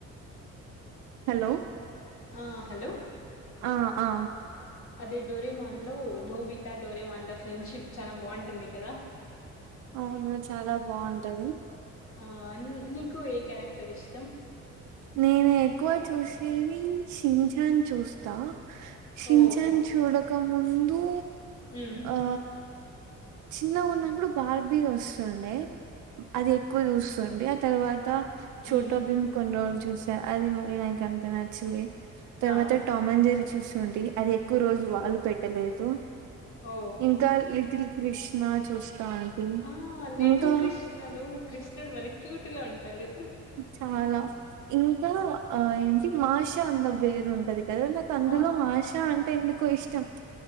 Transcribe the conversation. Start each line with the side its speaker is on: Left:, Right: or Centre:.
Right: హలో
Left: ఆ హలో
Right: ఆ ఆ
Left: అదే డోరేమాన్లో నోబితా డోరేమాన్ల ఫ్రెండ్షిప్ చానా బాంటుంది కదా
Right: అవును చాలా బాంటది
Left: ఆ న్ నీకు ఏ క్యారెక్టర్ ఇష్టం
Right: నేను ఎక్కువ చూసేది షించాన్ చూస్తా షించాన్
Left: ఓ
Right: చూడక ముం దు
Left: మ్మ్,
Right: ఆ చిన్నగున్నప్పుడు బార్బీదొస్తుండే అది ఎక్కువ చూస్తుండే ఆ తర్వాత చోటా
Left: మ్మ్,
Right: భీమ్ అం చూసా అది మరీ నాకంత నచ్చలే తర్వాత
Left: ఆ,
Right: టామ్ అండ్ జెర్రీ చూస్ నుండి అది ఎక్కువ రోజులు వాళ్ళు పెట్టలేదు.
Left: ఓ
Right: ఇంకా లిటిల్ కృష్ణా చూస్తా అండి
Left: ఆ, లిటిల్
Right: ఇంకా
Left: కృష్ణలో కృష్ణుడు బలే క్యూట్ గా ఉంటాడు.
Right: చాలా ఇంకా ఆ ఏంటి మాషా అండ్ థ బేర్ ఉంటది. కదా నాకు అందులో
Left: ఆ,
Right: మాషా అంటే ఎందుకో ఇష్టం.